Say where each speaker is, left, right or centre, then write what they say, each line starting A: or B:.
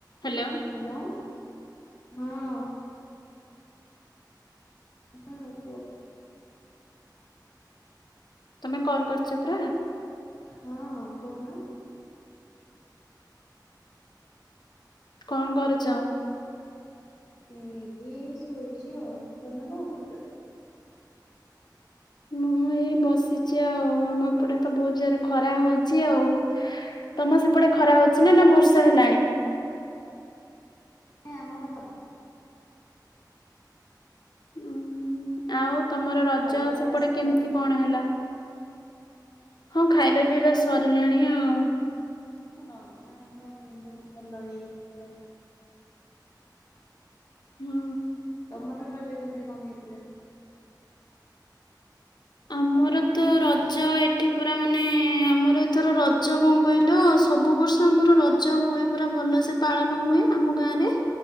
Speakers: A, on the left (about 65°); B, on the left (about 50°).
A: Hello.
B: Hello ହଁ। ହଁ କୁହ।
A: ତମେ କଲ କରିଚ ପରା।
B: ହଁ କହୁନ?
A: କଣ କରୁଚ?
B: ଏଇଠି ଶୋଇଛି ଆଉ ତମେ କଣ କରୁଛ।
A: ମୁଁ ଏଇ ବସିଛି ଆଉ ଆମ। ଏପଟେ ତ ବହୁତ ଜୋରେ ଖରା ହଉଛି। ବସିଛି ଆଉ ତମ ସେପଟେ ଖରା ହଉଛି ନା ନା ବର୍ଷା ହେଲାଣି।
B: ଏ ଆମର ଫନି
A: ଉଁ, ଆଉ ତମର ରଜ
B: ଖାଇବା
A: ସେପଟେ
B: ପିଇବା ସରିଲାଣି
A: କେମିତି କଣ ହେଲା। ହଁ ଖାଇବାପିଇବା ସରୀ ଫୁଲାଣିଆ ଆଉ
B: ହଁ ରଜ ଆମର। ହଁ ବହୁତ ଭଲ ହେଇଥିଲା।
A: ହୁଁ।
B: ଆମର ରଜ କେମିତି କଣ ହେଇଥିଲା?
A: ଆମରତ
B: ହ୍ୟାଲୋ
A: ରଜ ଏଠି। ଏଠି ପୁରାମାନେ ଆମର ଏଥର ରଜ କଣ କହିଲ ସବୁ ବର୍ଷ ଆମର ରଜ ହୁଏ ପୁରା ଭଲ ସେ ପାଳନ ହୁଏ ଆମ ଗାଁରେ।